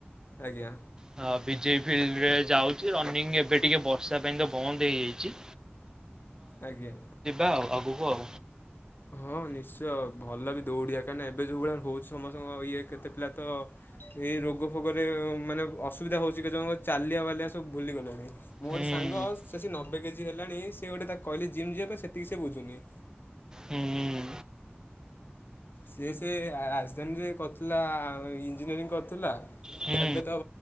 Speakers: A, on the left; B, on the right.
A: ଆଜ୍ଞା
B: ହଁ ବିଜେ ଫିଲ୍ଡ ରେ ଯାଉଛି ରନିଂ ଏବେ ଟିକେ ବର୍ଷା ପାଇଁ ତ ବନ୍ଦ ହେଇଯାଇଛି।
A: ଆଜ୍ଞା।
B: ଆ ଆଗକୁ ଆଉ।
A: ହଁ ନିଶ୍ଚୟ ଭଲ ବି ଦୌଡ଼ିଆ କାହିଁକିନା ଏବେ ଯୋଉ ଭଳିଆ ହଉଛି ସମସ୍ତଙ୍କ ଇଏ କେତେ ପିଲା ତ ଏଇ ରୋଗ ଫୋଗରେ ମାନେ ଅସୁବିଧା ହଉଚି କେତେ ଜଣଙ୍କ ଚାଲିଆ ବାଲିଆ ସବୁ ଭୁଲି ଗଲେଣି। ମୁଁ
B: ହୁଁ
A: ଗୋଟେ ସାଙ୍ଗ ସେ ଆସିକି ନବେ କେଜି ହେଲାଣି ସିଏ ଗୋଟେ ତାକୁ କହିଲି ଜିମ୍ ଯିବା ପାଇଁ ସେତିକି ସେ ବୁଝୁନି।
B: ହୁଁ।
A: ସିଏ ସେ ରାଜଧାନୀରେ କରିଥିଲା ଇଞ୍ଜିନିୟରିଂ କରିଥିଲା
B: ହୁଁ
A: ଏବେ ତ